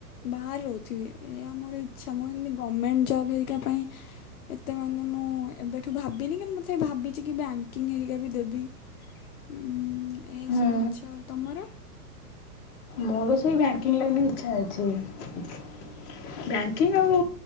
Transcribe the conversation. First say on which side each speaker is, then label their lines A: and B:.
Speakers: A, on the left; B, on the left.
A: ବାହାରେ ରହୁଥିବି ଏହା ମୋର ଇଚ୍ଛା ମୁଁ ଏମିତି ଗଭର୍ଣମେଣ୍ଟ ଜବ୍ ହେରିକ ପାଇଁ ଏତେ ମାନେ ମୁଁ ଏବେଠୁ ଭାବିନି କି ମୋତେ ଭାବିଛି କି ବ୍ୟାଙ୍କିଙ୍ଗ୍ ହେରିକା ବି ଦେବି। ଉଁ ଏସବୁ
B: ହୁଁ
A: ଇଚ୍ଛା ତମର,
B: ମୋର ସେଇ ବ୍ୟାଙ୍କିଙ୍ଗ ଲାଇନ ଇଚ୍ଛା ଅଛି। ବ୍ୟାଙ୍କିଙ୍ଗ ଆଉ